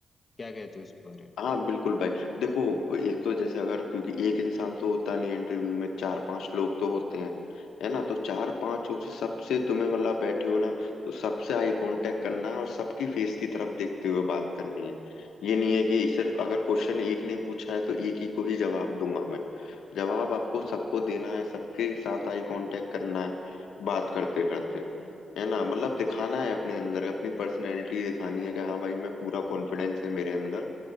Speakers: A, on the left; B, on the left.
A: क्या कहते हो इस बारे
B: हाँ बिल्कुल भाई देखो एक तो जैसे अगर क्योंकि एक इंसान तो होता नहीं इंटरव्यू में चार पांच लोग तो होते हैं है ना तो चार पांच हो से सबसे तुम्हें मतलब बैठे हो ना तो सबसे आई कांटेक्ट करना है और सबकी फेस की तरफ देखते हुए बात करनी है ये नहीं है कि सिर्फ अगर क्वेश्चन एक ने पूछा है तो एक ही को ही जवाब दूंगा मैं जवाब आपको सबको देना है सबके साथ आई कांटेक्ट करना है बात करते करते है ना मतलब दिखाना है अपने अंदर अपनी पर्सनैलिटी दिखानी है कि हाँ भाई मैं पूरा कॉन्फिडेंस है मेरे अंदर